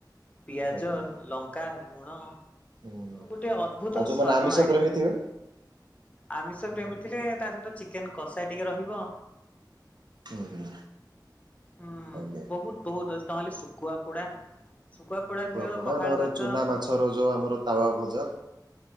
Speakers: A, on the left; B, on the right.
A: ପିଆଜ
B: ଆଜ୍ଞା
A: ଲଙ୍କା ଲୁଣ
B: ହୁଁ
A: ଗୋଟେ ଅଦ୍ଭୁତ
B: ଆଉ ଯୋଉମାନେ
A: ସ୍ଵାଦ
B: ଆମିଷ
A: ଆଣିଦିଏ।
B: ପ୍ରେମୀ ଥିବେ
A: ଆମିଷ ପ୍ରେମୀ ଥିଲେ ତା ସହିତ ଚିକେନ କଷା ଟିକେ ରହିବ
B: ଉଁ ହୁଁ।
A: ହୁଁ
B: ଆଜ୍ଞା
A: ବହୁତ ବହୁତ ଅଛି ନହେଲେ ଶୁଖୁଆ ପୋଡା ଶୁଖୁଆ ପୋଡ଼ା ଥିବ
B: ପୋଡା
A: ପଖାଳ
B: ନହେଲେ
A: ଭାତ
B: ଚୁନା ମାଛର
A: ଓଃ।
B: ଯୋଉ ଆମର ତାୱାଭଜା